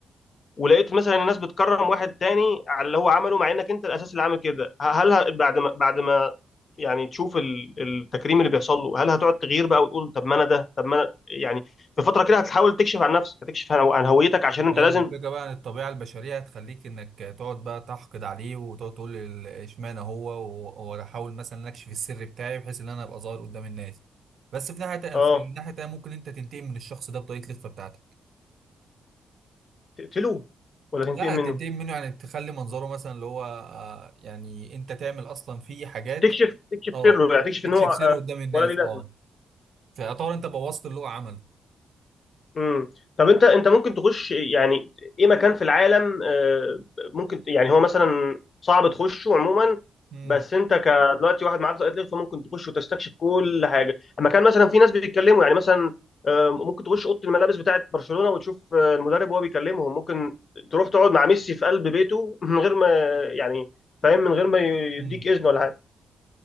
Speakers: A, on the left; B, on the right.
A: ولقيت مثلا الناس بتكرم واحد تاني على اللي هو عمله مع انك انت الاساس اللي عامل كده هل ه- بعد ما بعد ما يعني تشوف ال- التكريم اللي بيحصل له هل هتقعد تغير بقى وتقول طب ما انا ده طب ما انا يعني في فتره كده هتحاول تكشف عن نفسك هتكشف عن عن هويتك عشان
B: ما
A: انت
B: هي
A: لازم
B: الفكرة بقى ان الطبيعة البشرية هتخليك انك تقعد بقى تحقد عليه وتقعد تقول ال- اشمعنى هو و- وانا احاول مثلا اكشف السر بتاعي بحيث ان انا ابقى ظاهر قدام الناس بس في ناحية تانية-
A: اه
B: في الناحية التانية ممكن انت تنتقم من الشخص ده بطريقة الخفة بتاعتك
A: تقتله ولا تنتقم
B: لا
A: منه
B: هتنتقم منه يعني تخلي منظره مثلا اللي هو آه، يعني انت تعمل اصلا فيه حاجات
A: تكشف تكشف
B: اه
A: سره يعني تكشف
B: تكشف
A: ان هو آه،
B: سره قدام الناس
A: ولا ليه لازمه
B: اه فيعتبر انت بوظت اللي هو عمله
A: امم طب انت انت ممكن تخش يعني ايه مكان في العالم آه، ممكن يعني هو مثلا صعب تخشه عموما
B: امم
A: بس انت كدلوقتي واحد معاك طاقه ليه فممكن تخش وتستكشف كل حاجه مكان مثلا في ناس بيتكلموا يعني مثلا آه، ممكن تخش اوضه الملابس بتاعه برشلونه وتشوف آه، المدرب وهو بيكلمهم ممكن تروح تقعد مع ميسي في قلب بيته <laughs> من غير ما يعني فاهم من غير ما يديك
B: امم
A: اذن ولا حاجه